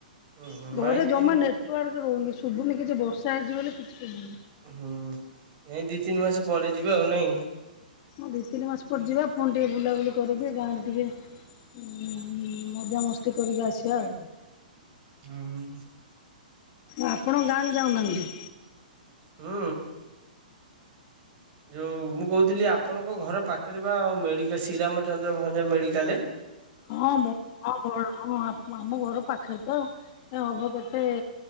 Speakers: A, on the right (about 35°); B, on the left (about 40°).
A: ହୁଁ ହୁଁ
B: ଘରେ
A: ନାଇଁ
B: ଜମା
A: ତିନି
B: ନେଟୱାର୍କ ରହୁନି ଶୁଭୁନି କିଛି ବର୍ଷା ହେଇଛି ବୋଲି କିଛି ଶୁଭୁନି।
A: ଏଇ ଦି ତିନି ମାସ ପରେ ଯିବେ ଆଉ ନାଇଁ?
B: ହଁ ଦି ତିନି ମାସ ପରେ ଯିବା ପୁଣି ଟିକିଏ ବୁଲାବୁଲି କରିକି ଗାଁରେ ଟିକିଏ ମଜାମସ୍ତି କରିକି ଆସିବା ଆଉ।
A: ହୁଁ।
B: ଆପଣ ଗାଁକୁ ଯାଉନାହାନ୍ତି?
A: ହୁଁ। ଯୋଉ ମୁଁ କହୁଥିଲି ଆପଣଙ୍କ ଘର ପାଖରେ ବା ମେଡ଼ିକା ଶ୍ରୀରାମଚନ୍ଦ୍ର ଭଞ୍ଜ ମେଡିକାଲେ।
B: ହଁ ମ ହଁ ମ ହଁ ଆମ ଘର ପାଖରେ ତ ଏ ହବ କେତେ